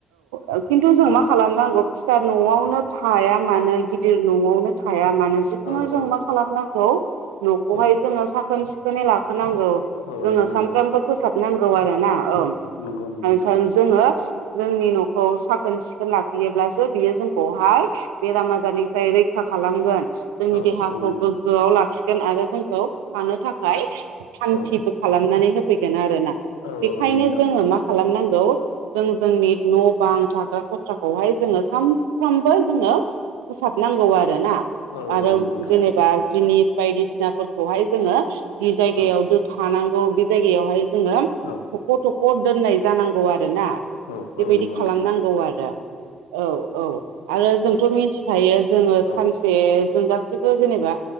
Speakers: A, on the right; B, on the left.
A: औ खिन्थु जों
B: औ
A: मा खालामनांगौ फिसा न'आवनो थाया मानो गिदिर न'आवनो थाया मानो जिखुनु
B: औ
A: जों
B: औ
A: मा खालामनांगौ न'खौहाय
B: औ
A: जोङो साखोन सिखोनै लाखोनांगौ
B: औ
A: जोङो
B: लाखिनांगौ
A: सानफ्रामबो फोसाबनांगौ आरो। ना औ
B: नंगौ नंगौ
A: <unintelligible>
B: नोंथां
A: जोङो जोंनि न'खौ साखोन सिखोन लाखियोब्लासो बियो जोंखौहाय बेराम आजारनि रैखा खालामगोन जोंनि
B: औ
A: देहाखौ
B: औ नंगौ
A: गोग्गोआव लाखि गौन आरो जोंखौ थानो थाखाय सान्थिबो
B: औ
A: खालामनानै होफैगोन आरो। आरोना
B: औ
A: बेखायनो
B: औ नंगौ नोंथां
A: जोङो
B: नंगौ
A: मा खालामनांगौ जों जोंनि न' बां थाग्रा खथ्राखौहाय जोङो सानफ्रोमबो जोङो फोसाबनांगौ आरोना
B: औ
A: आरो
B: औ नंगौ नोंथां
A: जेनेबा
B: नंगौ
A: जिनिस बायदिसिनाफोरखौहाय जोङो जि जायगायाव
B: औ
A: दो थानांगौ बे जायगायावहाय जोङो
B: औ
A: थख' थख' दोननाय जानांगौ आ रोना
B: औ
A: बेबायदि
B: औ नंगौ
A: खालामनांगौ
B: नोंथां नंगौ
A: आरो औ औ आरो जोंथ' मिथि थायो जोङो सानसे
B: औ
A: जों गासिबो जेनेबा